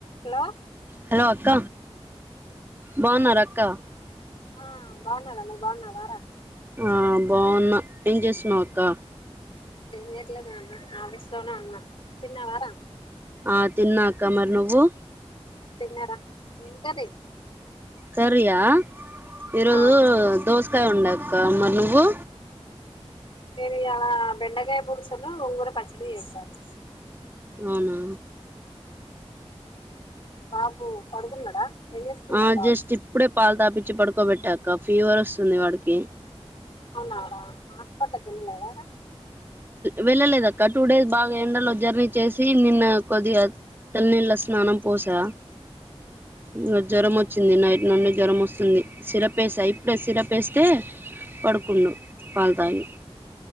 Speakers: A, on the left; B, on the right.
A: Hello
B: hello అక్క బాగున్నారు అక్క
A: ఆ బాగున్నారా నువ్ బాగున్నావరా
B: ఆ బాగున్నా ఏం చేస్తున్నావ్ అక్క
A: ఏం చేయట్లేదు నాన్న ఆఫీసులోనే ఉన్న తిన్నావారా
B: ఆ తిన్నా అక్క మరి నువ్వు
A: తిన్నారా ఏం కర్రీ
B: కరియా ఈరోజు
A: ఆ
B: దోస కా ఉండక్క మరి నువ్వు
A: నేను ఇయ్యాల బెండకాయ పులుసును గూర పచ్చడి చేసాను
B: అవునా
A: బాబు పడుకున్నాడా ఏం చేస్తున్నాడు
B: ఆ
A: బాబు
B: జస్ట్ ఇప్పుడే పాలు తాపిచ్చి పడుకోబెట్టాక ఫీవర్ వస్తుంది వాడికి
A: అవునాడా హాస్పిటల్ కి వెళ్లలేదా రా
B: వెళ్ళలేదు అక్క టూ డేస్ బాగా ఎండలో జర్నీ చేసి నిన్న కొద్దిగా తల్లినీళ్ళ స్నానం పోసా ఇగ జ్వరం వచ్చింది
A: అవునా
B: నైట్ నుండి జ్వరం వస్తు వస్తుంది సిరప్ వేస్తా ఇప్పుడే సిరప్ వేస్తే పడుకున్నడు పాలు తాగి